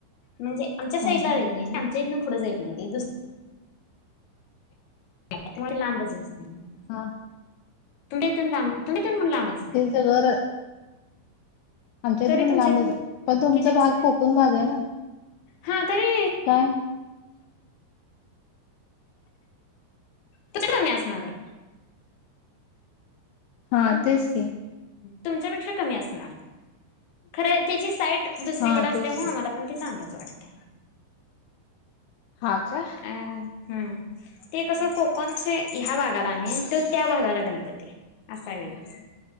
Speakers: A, on the left; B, on the left.
A: म्हणजे आमच्या साईड
B: हा
A: ला
B: हा
A: नाही. आमच्या पुढं जा येत नाही. ते त्यामुळे लांबच असते. मला
B: हा
A: तुमच्या इथून ला तुमतून म्हण लांबच ना
B: वर आमच्या इथ
A: तरी
B: पण
A: तुमच्या
B: लांबच
A: इथून
B: आहे. पण तुमचा
A: किती बसतय
B: भाग कोकण भाग आहे ना
A: हा तरी
B: काय
A: कुठ कमी असणार.
B: हा तेच की
A: तुमच्यापेक्षा कमी असणार. खर त्याची साईट दुसरीकडे
B: हा
A: असल्यामुळे
B: तेच की
A: आम्हाला पण ते लांबच वाटत
B: हा काय
A: ह हम्म ते कसं कोकणच्या ह्या भागाला आम्ही तो त्या भागाला गणपती आहे असा आहे वय